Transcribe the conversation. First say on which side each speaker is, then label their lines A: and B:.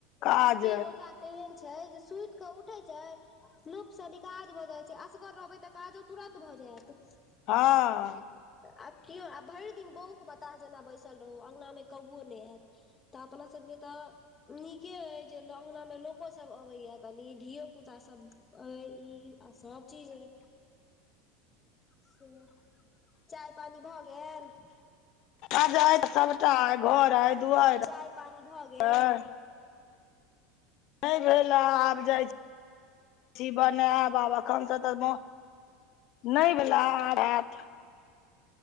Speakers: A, on the left; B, on the left.
A: काज
B: कते गोटा तेहन छै जे सुति कऽ उठै छै लूपसनी काज भऽ जाइ छै असगर रहबै तऽ काजो तुरत भऽ जायत।
A: हँ
B: आ केओ आ भरि दिन बौक बताह जेना बैसल रहु अङ्गना मे कौओ नहि एत। तऽ अपना सब के तऽ नीके अइ जे लो अंगनामे लोको सभ अबैयै कनि धियो पुता सभ अय ई आ सब चीज अय। से चाय पानि भऽ गेल।
A: अय अय सबटा अय घर अय दुआरि
B: चाय पानी भऽ गेल
A: अय नहि भेल ऐआब जाइ छी बनैब आब एखनसँ तऽ मौ नहि भेला आब आयत।